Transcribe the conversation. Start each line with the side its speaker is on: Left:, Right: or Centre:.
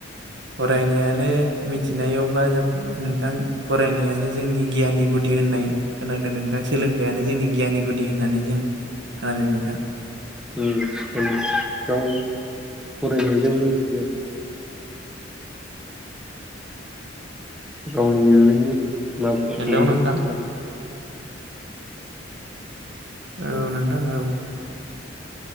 Right: फरायनायानो मिथिनायावब्ला जों नोंथां फरायनायानो जोंनि गियाननि गुदि होननाय खोनादों नोंथां सोलोंथाइयानो जोंनि गियाननि गुदि होननानै जों खोनादों नोंथां।
Centre: <unintelligible> फरायनायजों लोगोसे गावनि <unintelligible> बिमाफोरखौबो
Right: हेलौ नोंथां औ नोंथां औ।